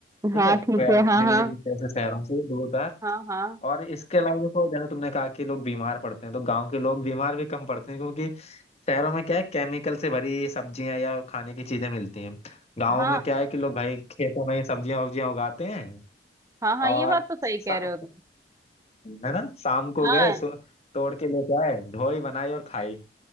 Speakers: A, on the right (about 20°); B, on the left (about 35°).
A: हम्म
B: ठीक
A: हाँ
B: है ट्रैव-
A: ठीक है हाँ
B: दिल्ली
A: हाँ
B: जैसे शहरों से दूर का
A: हाँ हाँ
B: और इसके अलावा देखो जैसे तुमने कहा कि लोग बीमार पड़ते हैं तो गांव के लोग बीमार भी कम पड़ते हैं क्योंकि शहरों में क्या है केमिकल से भरी सब्जियां या खाने की चीजें मिलती हैं गांव
A: हाँ
B: में क्या है कि लोग भाई खेतों में ही सब्जियां उब्जियां उगाते हैं
A: हाँ हाँ
B: और
A: ये बात तो सही
B: शा-
A: कह रहे हो तुम
B: है ना शाम को
A: हाँ
B: गए सो- तोड़ के लेके आए धोई बनाई और खाई